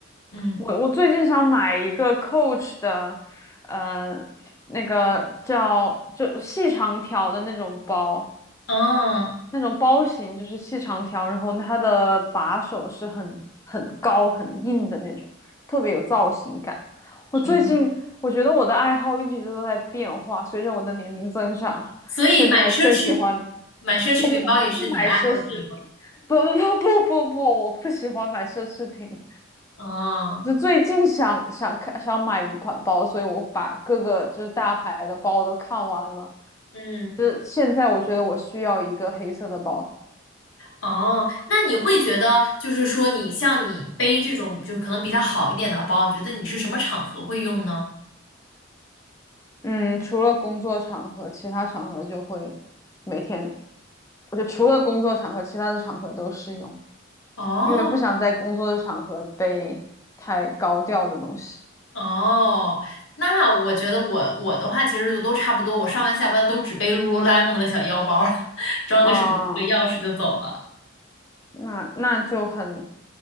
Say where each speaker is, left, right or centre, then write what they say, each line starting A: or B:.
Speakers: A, on the left (about 75°); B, on the left (about 15°).
A: 嗯，
B: 我。我最近想买一个 Coach 的，呃，那个叫就细长条的那种包，
A: 哦，
B: 那种包型就是细长条，然后它的把手是很很高很硬的那种，特别有造型感。我最近我觉得我的爱好一直都在变化，
A: 挺好。
B: 随着我的年龄增长，
A: 所以买奢侈
B: 现在更喜欢
A: 买奢侈品包也是你的爱好之一吗？
B: 我不买奢侈品，不不不不不不，我不喜欢买奢侈品。
A: 哦，
B: 就最近想想看想买一款包，所以我把各个就是大牌的包都看完了。
A: 嗯。
B: 就是现在我觉得我需要一个黑色的包，
A: 哦，那你会觉得，就是说，你像你背这种，就是可能比较好一点的包，你觉得你是什么场合会用呢？
B: 嗯，除了工作场合，其他场合就会每天，我就除了工作场合，其他的场合都适用，
A: 哦
B: 因为不想在工作的场合背太高调的东西。
A: 哦，那我觉得我我的话其实就都差不多，我上班下班都只背 Lululemon 的小腰包儿 <laughs> 装个手机、
B: 啊，
A: 和钥匙就走了，
B: 那那就很